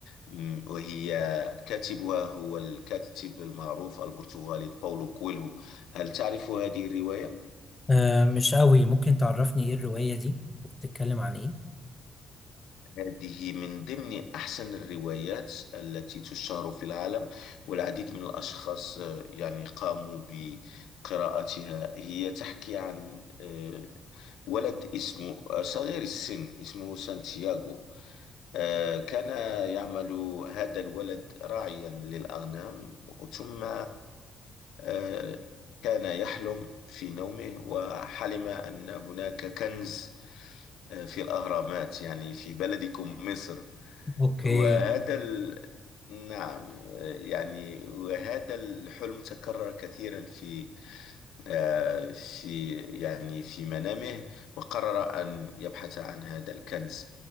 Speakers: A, on the left; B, on the left.
A: م، وهي كاتبها هو الكاتب المعروف البرتغالي باولو كويلهو هل تعرف هذه الرواية؟
B: أه مش قوي ممكن تعرفني إيه الرواية دي؟ بتتكلم عن إيه؟
A: هذه من ضمن أحسن الروايات التي تشتهر في العالم والعديد من الأشخاص آه، يعني قاموا بقراءتها هي تحكي عن آه، ولد اسمه آه، صغير السن اسمه سانتياغو آه، كان يعمل هذا الولد راعيا للأغنام ثم آه، كان يحلم في نومه وحلم أن هناك كنز آه، في الأهرامات يعني في بلدكم مصر
B: أوكي
A: وهذا ال... نعم يعني وهذا الحلم تكرر كثيرا في آه، في يعني في منامه وقرر أن يبحث عن هذا الكنز